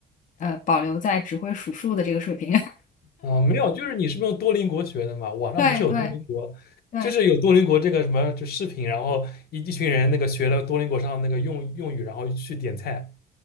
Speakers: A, on the left; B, on the left.
A: 呃，保留在只会数数的这个水平。<laughs>
B: 啊、没有，就是你是不是用多邻国学的嘛？网上不是有多邻国，
A: 对对对，
B: 就是有多邻国这个什么就视频，然后一一群人那个学了多邻国上的那个用用语，然后去点菜。